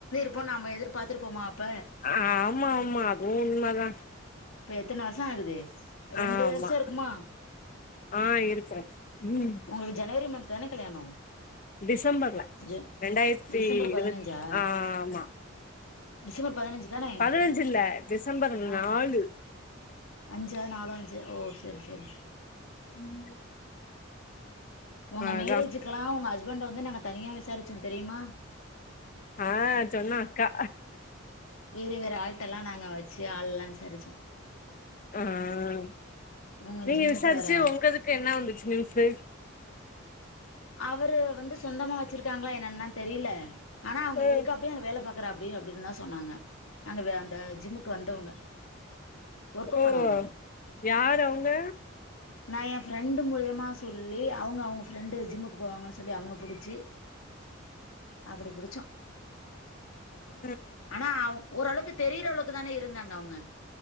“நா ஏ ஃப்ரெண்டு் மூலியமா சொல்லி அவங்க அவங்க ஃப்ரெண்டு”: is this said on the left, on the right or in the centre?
Left